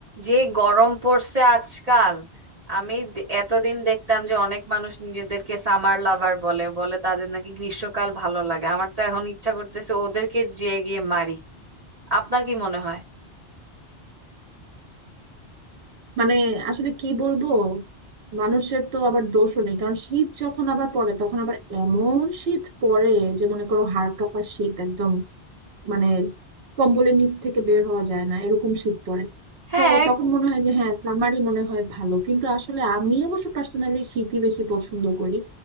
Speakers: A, on the right; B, on the right.
A: যে গরম পড়ছে আজকাল আমি দে- এতদিন দেখতাম যে অনেক মানুষ নিজেদেরকে সামার লাভার বলে বলে তাদের নাকি গ্রীষ্মকাল ভালো লাগে আমার তো এখন ইচ্ছা করতেছে ওদেরকে যেয়ে গিয়ে মারি আপনার কি মনে হয়
B: মানে আসলে কি বলবো মানুষের তো আবার দোষও নেই কারণ শীত যখন আবার পড়ে তখন আবার এমন শীত পড়ে যে মনে করো হাড় কাঁপা শীত একদম মানে কম্বলের নিচ থেকে বের হওয়া যায় না এরকম শীত পড়ে
A: হ্যাঁ
B: তো তখন মনে হয় যে হ্যাঁ সামারই মনে হয় ভালো কিন্তু আসলে আমি অবশ্য পার্সোনালি শীতই বেশি পছন্দ করি